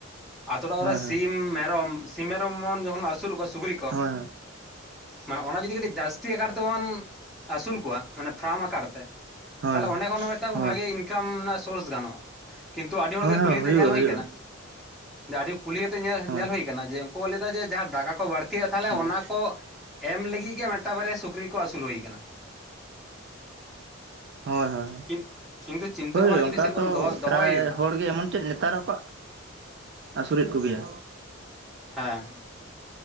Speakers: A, in the centre; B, on the right.
A: ᱟᱛᱳ ᱴᱚᱞᱟ ᱠᱚᱨᱮ
B: ᱦᱳᱭ ᱦᱳᱭ
A: ᱥᱤᱢ, ᱢᱮᱨᱚᱢ, ᱥᱤᱢ, ᱢᱮᱨᱚᱢ ᱡᱚᱠᱷᱚᱱ ᱟᱹᱥᱩᱨ ᱠᱚᱣᱟ ᱥᱩᱠᱨᱤ ᱛᱚ
B: ᱦᱳᱭ
A: ᱢᱟᱱᱮ ᱚᱱᱟ ᱡᱩᱫᱤ ᱠᱟᱹᱴᱤᱡ ᱡᱟᱹᱥ- ᱛᱤ ᱟᱠᱟᱨ ᱛᱮᱵᱚᱱ ᱟᱹᱥᱩᱞ ᱠᱚᱣᱟ᱾ ᱢᱟᱱᱮ ᱯᱷᱟᱨᱟᱢ ᱟᱠᱟᱨ ᱛᱮ
B: ᱦᱳᱭ ᱦᱳᱭ
A: ᱛᱟᱦᱚᱞᱮ ᱚᱸᱰᱮ ᱠᱷᱚᱱ ᱦᱚᱸ ᱢᱮᱫᱴᱟᱝ
B: ᱦᱳᱭ
A: ᱵᱷᱟᱜᱤ ᱤᱱ- ᱠᱟᱢ ᱨᱮᱱᱟᱜ ᱥᱳᱨᱥ ᱜᱟᱱᱚᱜ-ᱟ᱾ ᱠᱤᱱᱛᱩ ᱟᱹᱰᱤ ᱦᱚᱲ
B: ᱦᱳᱭ
A: ᱜᱮ ᱠᱩᱞᱤ ᱠᱟᱛᱮ
B: ᱦᱩᱭᱩᱜᱼᱟ
A: ᱧᱮᱞ ᱦᱩᱭᱩᱭᱟ
B: ᱦᱩᱭᱩᱜᱼᱟ
A: ᱟᱠᱟᱱᱟ ᱟᱹᱰᱤ ᱠᱩᱞᱤ ᱠᱟᱛᱮᱜ ᱧᱮᱞ
B: ᱦᱳᱭ
A: ᱧᱮᱞ ᱦᱩᱭ ᱟᱠᱟᱱᱟ ᱡᱮ ᱩᱱᱠᱩ ᱞᱟᱹᱭ ᱮᱫᱟ ᱡᱮ ᱡᱟᱦᱟᱸ ᱫᱟᱠᱟ ᱠᱚ ᱵᱟᱹᱲ- ᱛᱤ ᱛᱟᱦᱚᱞᱮ
B: ᱦᱳᱭ
A: ᱚᱱᱟ ᱠᱚ ᱮᱢ ᱞᱟᱹᱜᱤᱫ ᱜᱮ ᱢᱮᱫᱴᱟᱝ ᱵᱟᱨᱭᱟ ᱥᱩᱠᱨᱤ ᱠᱚ ᱟᱹᱥᱩᱞ ᱦᱩᱭ ᱠᱟᱱᱟ᱾
B: ᱦᱳᱭ ᱦᱳᱭ
A: ᱠᱤᱱ ᱠᱤᱱᱛᱩ ᱪᱤᱱᱛᱟᱹ
B: ᱦᱳᱭ
A: ᱵᱷᱟᱵᱱᱟ ᱡᱩᱫᱤ
B: ᱚᱱᱠᱟ
A: ᱥᱮᱨᱚᱠᱚᱢ
B: ᱫᱚ
A: ᱫᱚᱦᱚ ᱫᱚᱦᱚᱭ
B: ᱯᱨᱟᱭ
A: ᱦᱩᱭᱩᱜᱼᱟ
B: ᱦᱚᱲ ᱜᱮ ᱮᱢᱚᱱ ᱪᱮᱫ ᱱᱮᱛᱟᱨ ᱠᱚᱣᱟᱜ ᱟᱹᱥᱩᱞ ᱮᱫ ᱠᱚ ᱜᱮᱭᱟ᱾
A: ᱦᱮᱸ